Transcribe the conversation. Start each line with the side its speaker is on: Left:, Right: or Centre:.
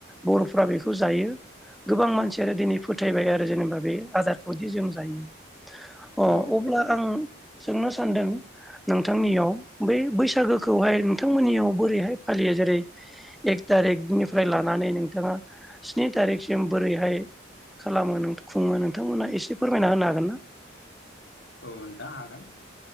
Centre: बर'फ्रा बेखौ जायो। गोबां मानसियानो दिनै फोथायबाय आरो जेनेबा बे आदारखौदि जों जायो। अ
Left: औ
Centre: अब्ला आं सोंनो सानदों नोंथांनियाव बै बैसागोखौहाय नोंथांमोननियाव बोरैहाय फालियो जेरै एक थारिकनिफ्राय लानानै नोंथाङा स्नि तारिखसिम बोरैहाय खालामो खुङो नोंथांमोनहा एसे फोरमायना होनो हागोन ना?
Left: औ नोंथां हागोन